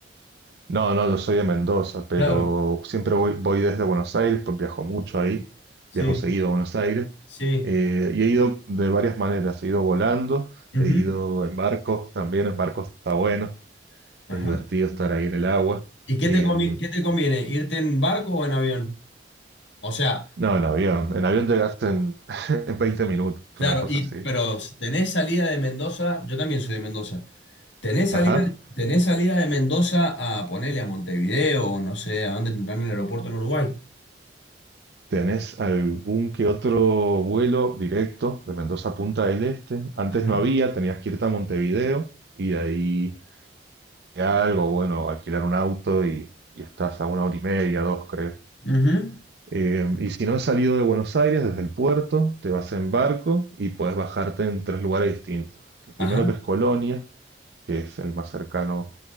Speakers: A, on the right; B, on the left.
A: No, no, yo soy de Mendoza, pero
B: Claro,
A: siempre voy, voy desde Buenos Aires, pues viajo mucho ahí,
B: sí,
A: viajo seguido a Buenos Aires,
B: sí.
A: eh, y he ido de varias maneras, he ido volando,
B: ujú,
A: he ido en barcos, también en barcos está bueno,
B: Ajá.
A: es divertido estar ahí en el agua.
B: ¿Y qué
A: Eh,
B: te convi- qué te conviene? ¿Irte en barco o en avión? O sea,
A: No, en avión. En avión llegas en, <laughs> en 20 minutos,
B: claro,
A: una cosa
B: y
A: así.
B: pero tenés salida de Mendoza, yo también soy de Mendoza. ¿Tenés
A: Ajá.
B: salida, tenés salida de Mendoza a ponerle a Montevideo o no sé, a dónde tendrán el aeropuerto en Uruguay?
A: ¿Tenés algún que otro vuelo directo de Mendoza a Punta del Este? Antes
B: Ajá.
A: no había, tenías que irte a Montevideo y de ahí a algo, bueno, alquilar un auto y, y estás a una hora y media, dos, creo.
B: ujú,
A: Eh, y si no has salido de Buenos Aires, desde el puerto, te vas en barco y puedes bajarte en tres lugares distintos. El primero
B: Ajá,
A: que es Colonia, que es el más cercano